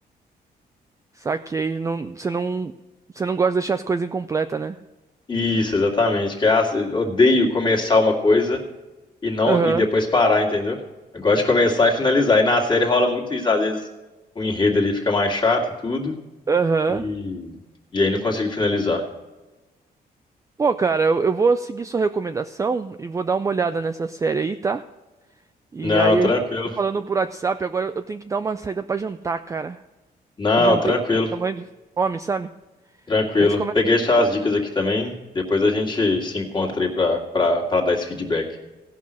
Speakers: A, on the right; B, on the left.
A: Saquei. Não, você não, você não gosta de deixar as coisas incompletas, né?
B: Isso, exatamente. Que é, ah, eu odeio começar uma coisa e não
A: Aham.
B: e depois parar, entendeu? Eu gosto de começar e finalizar. E na série rola muito isso, às vezes o enredo ali fica mais chato e tudo,
A: Aham.
B: e, e aí não consigo finalizar.
A: Pô, cara, eu, eu vou seguir sua recomendação e vou dar uma olhada nessa série aí, tá? E
B: Não,
A: aí,
B: tranquilo.
A: a gente tá falando por WhatsApp, agora eu tenho que dar uma saída pra jantar, cara.
B: Não,
A: Um jantei
B: tranquilo.
A: com tamanho de fome, sabe?
B: Tranquilo.
A: Mas a gente começa.
B: Peguei suas dicas aqui também. Depois a gente se encontra aí pra, pra, pra dar esse feedback.